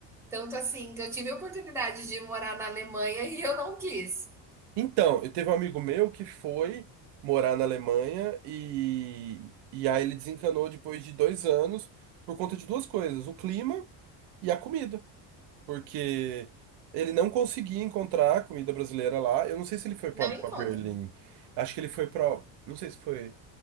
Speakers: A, in the centre; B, on the right.
A: Tanto assim que eu tive a oportunidade de morar na Alemanha e eu não quis.
B: Então, eu teve um amigo meu que foi morar na Alemanha e, e aí ele desencanou depois de dois anos por conta de duas coisas: o clima e a comida. porque ele não conseguia encontrar comida brasileira lá. Eu não sei se ele foi pra
A: Não encontro.
B: pra Berlim. Acho que ele foi pra. não sei se foi